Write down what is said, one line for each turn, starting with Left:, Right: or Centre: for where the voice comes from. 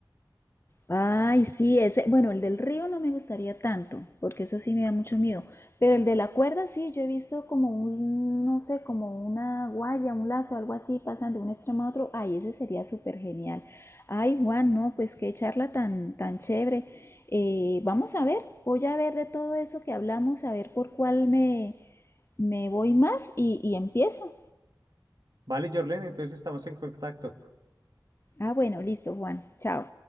Left: Ay, sí, ese, bueno, el del río no me gustaría tanto, porque eso sí me da mucho miedo, pero el de la cuerda sí, yo he visto como un, no sé, como una guaya, un lazo, algo así, pasan de un extremo a otro, ay, ese sería súper genial. Ay, Juan, no, pues qué charla tan, tan chévere. Eh, vamos a ver, voy a ver de todo eso que hablamos, a ver por cuál me, me voy más y, y empiezo.
Right: Vale, Jorlen, entonces estamos en contacto.
Left: Ah, bueno, listo, Juan, chao.